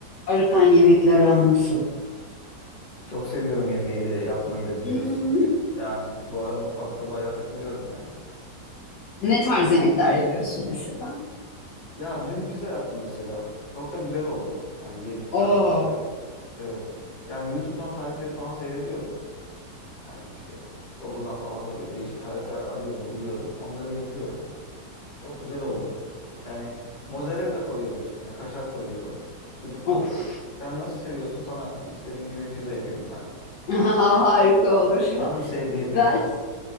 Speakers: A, on the left (about 70°); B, on the left (about 25°).
A: Arıkan yemekle aran nasıl?
B: Çok seviyorum yemeği de yapmayı da biliyorsun.
A: Hmm,
B: Yani bu ara mutfakta bayağı takılıyorum yani.
A: Ne tarz yemekler yapıyorsun mesela?
B: Ya dün pizza yaptım mesela. Çok da güzel oldu. Yani yedik.
A: Oo,
B: Ben özel evet. Yani YouTube'dan tarifleri falan seyrediyorum. Yani işte Google'dan falan da böyle değişik tarifler arıyorum, buluyorum. Onları yapıyorum. Çok güzel oldu. Yani mozzarella koyuyorum üstüne, kaşar koyuyorum, sucuk koyuyorum.
A: of.
B: Sen nasıl seviyorsun? Sana istediğim gibi pizza yapayım bir tane.
A: <laughs> Harika olur.
B: Var mı sevdiğin
A: Ben
B: bir tarz?